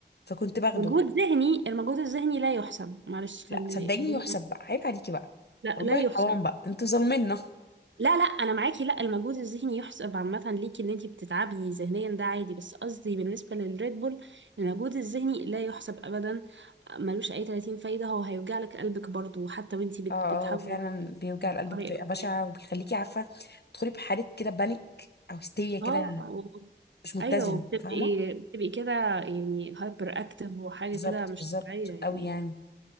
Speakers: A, on the left; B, on the right.
A: فكنت باخده
B: مجهود ذهني المجهود الذهني لا يحسب معلش خلي
A: لا صدقيني
B: خليني
A: يحسب بقى عيب عليكي بقى
B: لا
A: والله
B: لا يحسب
A: حرام بقى انتوا ظالمينا
B: لا لا انا معاكي لا المجهود الذهني يحسب عامه ليكي ان انتي بتتعبي ذهنيا ده عادي بس قصدي بالنسبه للريد بول المجهود الذهني لا يحسب ابدا ملوش اي 30 فايده هو هيوجع لك قلبك برضو حتى وانتي بت
A: اه
B: بتحاولي
A: اه فعلا بيوجع القلب
B: تفكري
A: بطريقه
B: أو بتاع.
A: بشعه وبيخليكي عارفه تدخلي بحاله كده بانيك او هستيريا كده
B: اه و-
A: مش متزنه
B: ايوه بتبقي
A: فاهمه
B: بتبقي كده يعني هايبر اكتف وحاجه
A: بالظبط
B: كده مش
A: بالظبط
B: طبيعيه يعني
A: قوي يعني